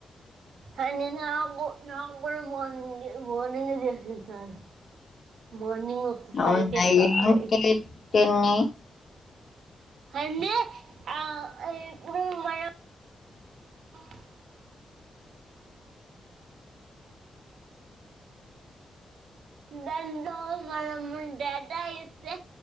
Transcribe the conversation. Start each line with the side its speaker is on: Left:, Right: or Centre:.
Right: అనీ నాకు నా కూడా మార్నింగ్ మార్నింగ్ చేసింది సార్ మార్నింగ్ ఒక
Left: అవునా ఏం చేతిని
Right: <unintelligible> అన్ని ఆ ఇప్పుడు మాయ <unintelligible> దాంట్లో మనము ఉం డేటా ఇస్తే